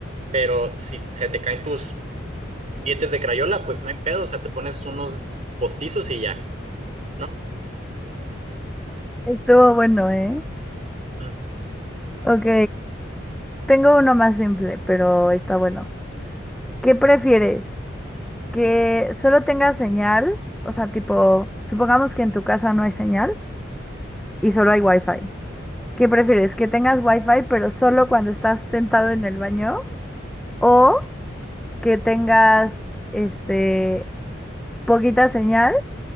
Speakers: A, on the right; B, in the centre.
A: Pero si se te caen tus dientes de crayola, pues no hay pedo, o sea, te pones unos postizos y ya, ¿no?
B: Estuvo bueno, ¿eh?
A: Ujú.
B: Ok, Tengo uno más simple, pero está bueno. ¿Qué prefieres? ¿Que solo tenga señal? O sea, tipo, supongamos que en tu casa no hay señal y solo hay wifi. ¿Qué prefieres? ¿Que tengas wifi pero solo cuando estás sentado en el baño? ¿O que tengas, este, poquita señal